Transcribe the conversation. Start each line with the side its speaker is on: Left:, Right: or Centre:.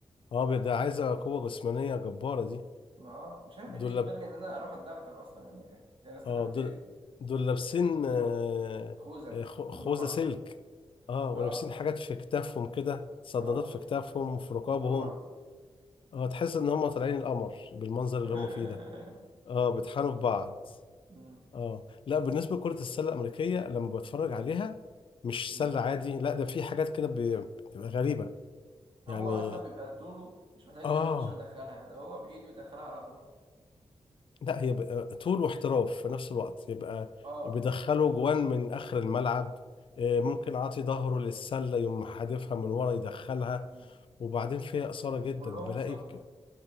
Left: اه ده عايزه قوه جسمانيه جباره دي
Right: ما اه مش عارف
Left: دول
Right: ايه اللي يجبرني
Left: لاب...
Right: ان انا اروح اتدغدغ اصلا يعني يعني استفدت
Left: اه دول
Right: ايه
Left: دول لابسين آه،
Right: خوذة
Left: آه، خ-
Right: ودروع
Left: خوذه سلك اه ولابسين
Right: اه
Left: حاجات في كتافهم كده صدادات
Right: اه
Left: في كتافهم وفي رقابهم
Right: ودروع
Left: اه تحس ان هم طالعين القمر بالمنظر
Right: <laughs>
Left: اللي هم فيه ده اه بيطحنوا في بعض
Right: مم،
Left: اه لا بالنسبه لكره السله الامريكيه لما بتفرج عليها مش
Right: مم.
Left: سله عادي لا ده في حاجات كده بي- بتبقى غريبه
Right: هو
Left: يعني
Right: اصلا بيبقى طوله مش محتاج
Left: اه
Right: ينط عشان يدخلها ده هو بايده يدخلها على طول
Left: لا هي بقى طول واحتراف في نفس الوقت يبقى
Right: اه
Left: بيدخلوا جوان من اخر الملعب آه،
Right: مم،
Left: ممكن عاطي ظهره للسله يقوم حادفها من ورا يدخلها
Right: مم.
Left: وبعدين فيها اثاره جدا
Right: كلهم
Left: بلاقي
Right: سمر
Left: بك...